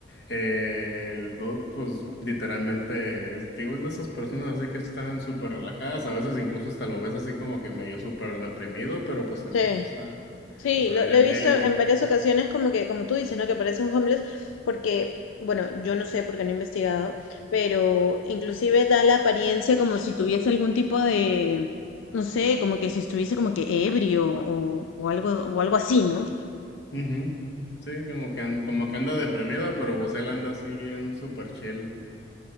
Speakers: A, on the left; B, on the left.
A: eh, el dude pues literalmente, es- digo, es de esas personas así que están súper relajadas, a veces incluso hasta lo ves así como que medio súper deprimido, pero pues el
B: Sí,
A: vato está,
B: sí,
A: o sea,
B: lo, lo
A: él,
B: he visto
A: él, él.
B: en varias ocasiones como que, como tú dices, ¿no? Que parece un homeless porque, bueno, yo no sé porque no he investigado, pero inclusive da la apariencia como si tuviese algún tipo de, no sé, como que si estuviese como que ebrio o, o algo, o algo así, ¿no?
A: Ujú. Sí, como que, and- como que anda deprimido, pero Bosel anda así bien super chill